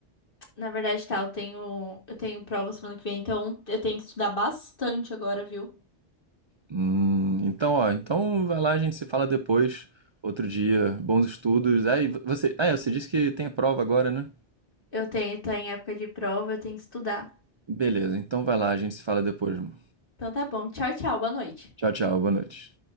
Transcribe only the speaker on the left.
Na verdade, tá, eu tenho, eu tenho prova semana que vem, então eu tenho que estudar bastante agora, viu?
Eu tenho, tô em época de prova, eu tenho que estudar.
Então tá bom. Tchau, tchau. Boa noite.